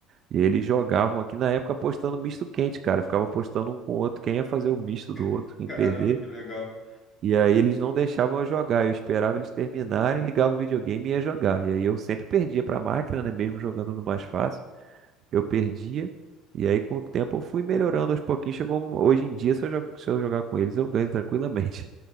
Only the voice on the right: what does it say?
e eles jogavam aqui na época apostando misto quente, cara. Ficava apostando um com o outro, quem ia fazer o misto do outro,
quem
perder.
E aí eles não deixavam eu jogar, eu esperava eles terminarem, ligava o videogame e ia jogar. E aí eu sempre perdia pra máquina, né, mesmo jogando no mais fácil. eu perdia. E aí, com o tempo, eu fui melhorando aos pouquinhos. Chegou um- hoje em dia, se eu, jo- se eu jogar com eles, eu ganho tranquilamente.